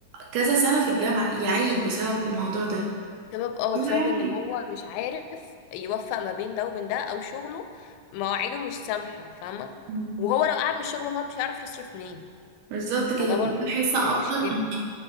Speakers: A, on the right (about 70°); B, on the left (about 90°).
A: كذا سنه في الجامعه يعيد بسبب الموضوع ده
B: سبب اه
A: هو
B: بسبب
A: هيعمل
B: ان
A: ايه
B: هو مش عارف يوفق ما بين ده وبين ده او شغله مواعيده مش سامحة فاهمة
A: مم.
B: وهو لو قعد من الشغل هو مش هيعرف يصرف منين
A: بالظبط كده
B: فده
A: بقيت
B: برضو
A: بحس اكتر
B: دي مشكلة
A: ان